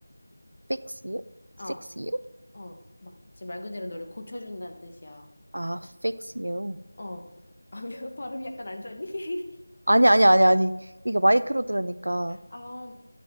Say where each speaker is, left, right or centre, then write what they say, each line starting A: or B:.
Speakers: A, on the right; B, on the left.
A: fix you?
B: 어,
A: fix you?
B: 어, 막, 이제 말 그대로 너를 고쳐준다는 뜻이야.
A: 아, fix you.
B: 어, <laughs> 아, 발음이 약간 안 좋았니? <laughs>
A: 아니, 아니, 아니, 아니. 이게 마이크로 들으니까.
B: 아,